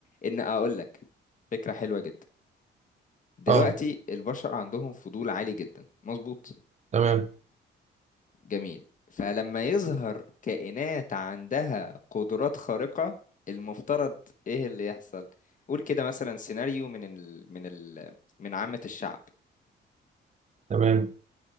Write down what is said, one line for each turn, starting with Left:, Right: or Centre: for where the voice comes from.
Left: إن أقولك فكرة حلوة جدا دلوقتي
Right: اه
Left: البشر عندهم فضول عالي جدا مظبوط
Right: تمام
Left: جميل فلما يظهر كائنات عندها قدرات خارقة المفترض إيه اللي يحصل قول كده مثلا سيناريو من ال... من ال... من عامة الشعب
Right: تمام